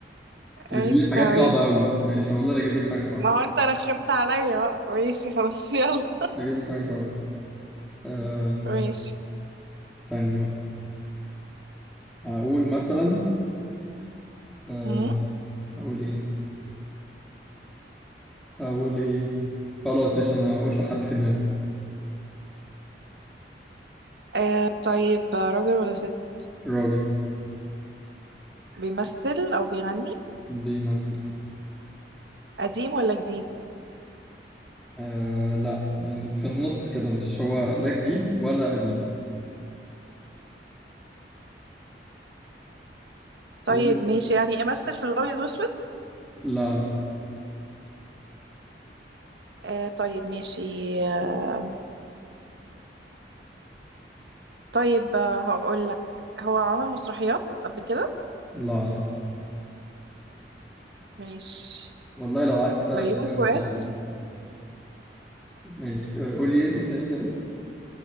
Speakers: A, in the centre; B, on the right (about 75°).
A: انت
B: ماشي
A: بتجيبي لي حاجات
B: تمام
A: صعبة أوي ماشي والله انا اجيب لك حاجة صعبة
B: ما هو انت رخمت عليا بقى ماشي خلاص يلا
A: اجيب لك حاجة صعبة آه،
B: ماشي
A: استني بقى هقول مثلا آه،
B: مم.
A: هقول ايه؟ أقول إيه خلاص مش أنا قلت حد في دماغي
B: آه طيب راجل ولا ست
A: راجل
B: بيمثل او بيغني
A: بيمثل
B: قديم ولا جديد
A: آه لا يعني في النص كده مش هو لا جديد ولا قديم
B: طيب
A: يلا
B: ماشي يعني امثل في الابيض واسود
A: لا لا
B: آه طيب ماشي آه طيب آه هقول لك هو عمل مسرحيات قبل كده
A: لا لا
B: ماشي
A: والله لو قعدت تلات
B: بيومي
A: أيام
B: فؤاد
A: مش هتجيبيه ماشي آه، قولي إيه كده تاني كده